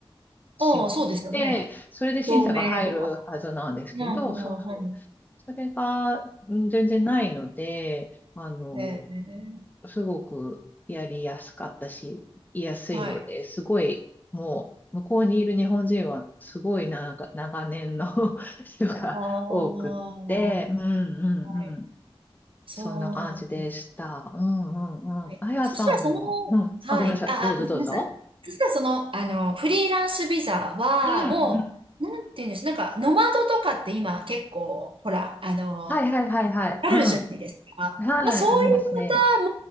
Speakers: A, on the left (about 20°); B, on the right (about 65°).
A: 申告して、
B: ああ、そうですよね。
A: それで審査が入るはずなんですけど、
B: 照明とか。うんうんうんう
A: そうそう。それが、うん全然ないので、あの、
B: ん。へえ。
A: すごくやりやすかったし、言いやすいので、
B: はい。
A: すごい、もう、向こうにいる日本人は、すごいな長年の <laughs> 人が多くって、
B: ああ。は
A: うんうんうん。
B: い。そうなんだ。
A: そんな感じでした。うんうんうん。
B: はい。
A: あやさんも、
B: そしたらその、
A: うん。
B: はい。
A: あ、ごめんなさい。
B: あ、
A: どうぞどうぞ。
B: あごめんなさい。そしたらその、あの、フリーランスビザは、
A: うんうん。
B: もう、なんていうんです、なんか、ノマドとかって今結構、ほら、あの、
A: はいはいはいはい。
B: あるじゃないですか。
A: うん。はい、
B: まあ、そういう
A: ありますね。
B: 方